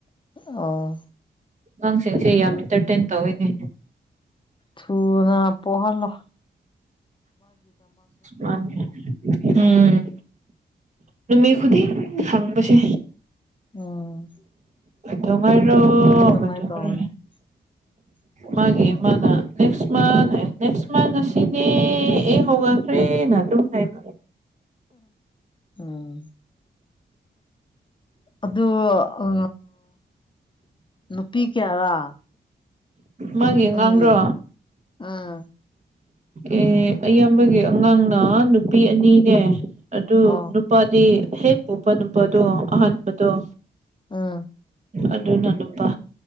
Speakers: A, on the left; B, on the right.
A: ꯑꯥ
B: ꯑꯉꯥꯡꯁꯤꯡꯁꯦ ꯌꯥꯝ ꯏꯟꯇꯔꯇꯦꯟ ꯇꯧꯋꯅꯦ
A: ꯁꯅ ꯄꯣꯍꯜꯂꯣ
B: ꯎꯝ ꯅꯨꯃꯤꯠꯈꯨꯗꯤꯡ ꯍꯪꯕꯁꯦ
A: ꯑꯣ
B: ꯇꯉꯥꯏꯔꯣ
A: ꯑꯗꯨꯃꯥꯏꯅ
B: ꯀꯉ
A: ꯇꯧꯕꯅꯦ <inaudible>
B: ꯃꯥꯒꯤ ꯃꯥꯅ ꯅꯦꯛꯁ ꯃꯊ ꯍꯥꯏ ꯅꯦꯛꯁ ꯃꯟ ꯑꯁꯤꯅꯦ ꯑꯦ ꯍꯒ ꯇꯦ ꯅ ꯑꯗꯨꯝ ꯍꯥꯏꯔꯦ
A: ꯎꯝ ꯑꯗꯨ ꯎ ꯅꯨꯄꯤ ꯀꯌꯥꯔꯥ
B: ꯃꯥꯒꯤ
A: ꯅꯪꯒꯤ
B: ꯑꯉꯥꯡꯔꯣ
A: ꯑꯥ
B: ꯑꯦ ꯑꯌꯥꯝꯕꯒꯤ ꯑꯉꯥꯡꯅ ꯅꯨꯄꯤ ꯑꯅꯤꯅꯦ ꯑꯗꯨ
A: ꯑꯣ
B: ꯎꯄꯥꯗꯤ ꯍꯦꯛ ꯎꯄ ꯅꯨꯕꯗꯨꯣ ꯑꯍꯥꯟꯕꯗꯨꯣ
A: ꯑꯥ
B: ꯑꯗꯨꯗ ꯅꯅꯄꯥ